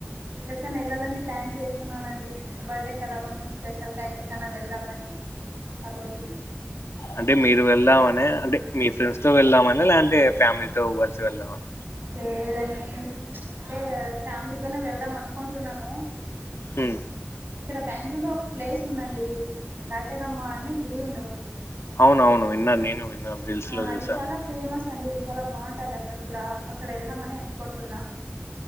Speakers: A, on the right (about 55°); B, on the left (about 85°).
A: ఎక్కడికైనా వెళ్లాలని ప్లాన్ చేస్తున్నానండి బర్డే కదా కొంచెం స్పెషల్గా ఎక్కడికైనా వెళ్దామని ఆ రోజు
B: అంటే మీరు వెళ్దామనా అంటే మీ ఫ్రెండ్స్ తో వెళ్దామనే లేకుంటే ఫ్యామిలీతో కలిసి వెళ్దామనా
A: లేదండీ అంటే ఫ్యామిలీతోనే కలసి వెళ్దాం అనుకుంటున్నాను
B: హుమ్
A: ఇక్కడ బెంగళూరు లో ఒక ప్లేస్ ఉందండి కాటేరమ్మ అని గుడి ఉంది ఒకటి
B: అవునవును విన్న నేను విన్నాను రీల్స్
A: ఆ
B: లో
A: అది
B: చూసాను
A: చాలా ఫేమస్ అండి చాలా బాగుంటది అక్కడ కూడా అక్కడ వెళ్ళామని అనుకుంటున్నా